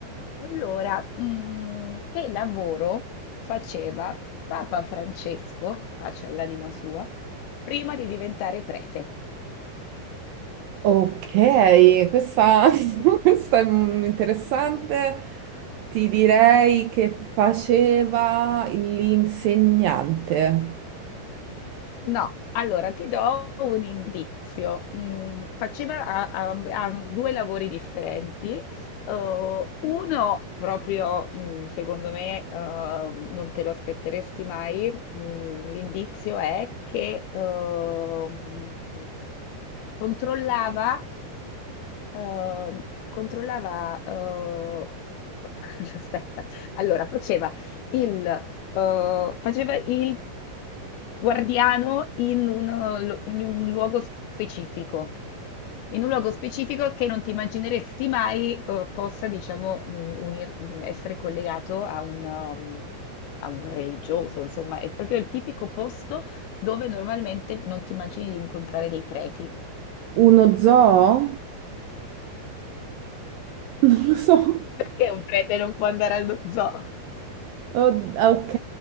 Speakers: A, on the left; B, on the right.
A: Allora, mm, che lavoro faceva Papa Francesco, pace all'anima sua, prima di diventare prete?
B: Ok, questa,
A: <laughs>
B: <laughs> questa è mm, interessante. Ti direi che faceva l'insegnante.
A: No, allora ti do un indizio. Mm, faceva a- a- a due lavori differenti. Eh, uno proprio, mm, secondo me, eh, non te lo aspetteresti mai. Mm, l'indizio è che ehm, controllava, eh, controllava, eh, <laughs> aspetta, allora faceva il, eh, faceva il guardiano in un, lu- in un luogo specifico, in un luogo specifico che non ti immagineresti mai eh, possa, diciamo, mm, unir- mm, essere collegato a un, um, a un religioso, insomma, è proprio il tipico posto dove normalmente non ti immagini di incontrare dei preti.
B: Uno zoo? <laughs> Non lo so.
A: Perché un prete non può andare allo zoo?
B: Oh, ok,